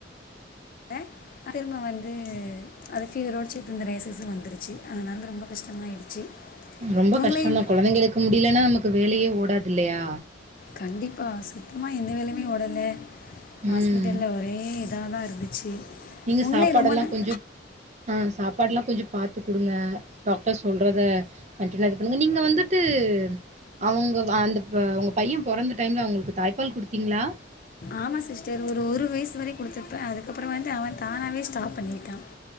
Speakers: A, on the left; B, on the right.
A: அ அ திரும்ப வந்து அது ஃபீவரோடு சேந்து ரேஷேஷ் வந்துருச்சு அதனால ரொம்ப கஷ்டமாயிடுச்சு
B: ரொம்ப
A: உங்களையும்
B: கஷ்டம்தா குழந்தைகளுக்கு முடியலனா நமக்கு வேலயே ஓடாது இல்லையா
A: கண்டிப்பா சுத்தமா எந்த வேலயுமே ஓடல ஹாஸ்பிட்டல
B: ம்
A: ஒரே இதாதா இருந்துச்சு
B: நீங்க
A: உங்களே
B: சாப்பாடெல்லா
A: ரொம்ப ந-
B: கொஞ்சோ ஆஹ் சாப்பாடுல்லா கொஞ்சோ பாத்து கொடுங்க டாக்டர் சொல்றத கண்டினுவா இது பண்ணுங்க நீங்க வந்துட்டு அவங்க அந்த உங்க பையே பொறந்த டைம்ல அவங்களுக்கு தாய்ப்பால் கொடுத்தீங்ளா
A: ஆமா சிஸ்டர் ஒரு ஒரு வயசு வரயு கொடுத்துருப்பே அதுக்கப்புறோ வந்து அவே தானாவே ஸ்டாப் பண்ணிட்டா